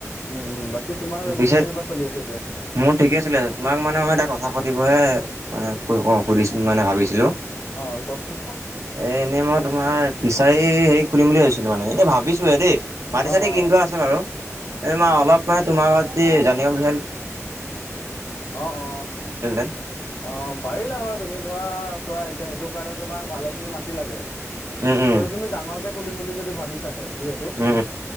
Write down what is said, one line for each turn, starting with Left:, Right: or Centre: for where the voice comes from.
Left: উম, বাকী তোমাৰ ব্যৱসায়
Right: পিছে
Left: কেনেকুৱা চলি আছে এতিয়া?
Right: মোৰ ঠিকে চলি আছে, তোমাক মানে মই এটা কথা সুধিবহে মানে সুধিছো মানে ভাবিছিলোঁ।
Left: অ', কোৱাচোন কোৱা?
Right: এ এনেই মই তোমাৰ ফিছাৰী হেৰি খুলিম বুলি ভাবিছিলোঁ, মানে এনেই ভাবিছোঁহে দেই। মাটি-চাতি
Left: অ অ
Right: কিনি
Left: অ
Right: থোৱা আছে বাৰু, এ মা অলপ মানে তোমাৰ <unintelligible> জানিব
Left: অ অ অ
Right: <unintelligible>
Left: অ', পাৰিলা হয় তুমি ধৰা চোৱা এতিয়া সেইটো কাৰণে তোমাক ভালে খিনি মাতি তি লাগে।
Right: উম, উম,
Left: ত' যদি তুমি ডাঙৰকে খুলিম বুলি যদি ভাবিছাহে যিহেতু।
Right: উম,